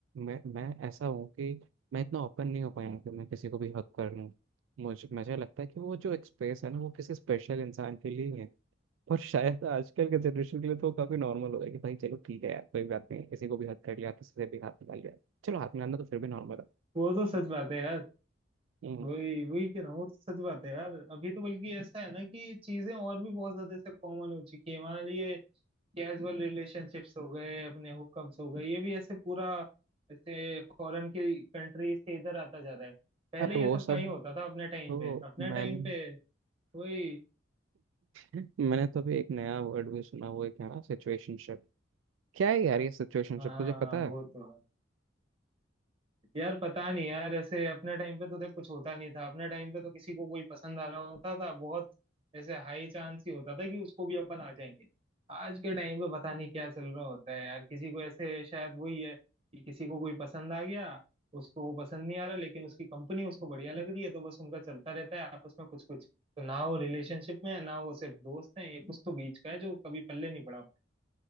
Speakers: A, on the right; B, on the right.
A: मैं मैं ऐसा हूँ कि मैं इतना ओपन नहीं हो पाया हूँ कि मैं किसी को भी हक कर लूँ मुझे मुझे लगता है कि वो जो एक स्पेस है ना वो किसी स्पेशल इंसान के लिए ही है और शायद आजकल के जनरेशन के लिए तो काफी नॉर्मल हो गया कि भाई चलो ठीक है यार कोई बात नहीं किसी को भी हक कर लिया किसी से भी हाथ मिला लिया चलो हाथ मिलाना तो फिर भी नॉर्मल है
B: वो तो सच बात है यार
A: हम्म,
B: वही वही कह रहा हूँ वो तो सच बात है यार अभी तो बल्कि ऐसा है ना कि चीजें और भी बहुत ज्यादा ऐसे कॉमन हो चुकी है हमारे लिए कैजुअल रिलेशनशिप्स हो गए अपने हुकअप्स हो गए ये भी ऐसे पूरा ऐसे फॉरेन की कंट्री से इधर आता जा रहा है पहले
A: अरे वो
B: ये सब
A: सब
B: कहीं होता था अपने टाइम
A: तो
B: पे अपने
A: मैंने
B: टाइम पे वही
A: मैंने तो अभी एक नया वर्ड भी सुना वो क्या ना सिचुएशनशिप क्या है यार ये सिचुएशनशिप
B: हाँ
A: तुझे पता है
B: वो तो है यार पता नहीं यार ऐसे अपने टाइम पे तो देख कुछ होता नहीं था अपने टाइम पे तो किसी को कोई पसंद आ रहा होता था बहुत ऐसे हाई चांस ही होता था कि उसको भी अपन आ जाएंगे आज के टाइम पे पता नहीं क्या चल रहा होता है यार किसी को ऐसे शायद वही है कि किसी को कोई पसंद आ गया उसको वो पसंद नहीं आ रहा लेकिन उसकी कंपनी उसको बढ़िया लग रही है तो बस उनका चलता रहता है आपस में कुछ कुछ तो ना वो रिलेशनशिप में है ना वो सिर्फ दोस्त हैं ये कुछ तो बीच का है जो कभी पल्ले नहीं पड़ा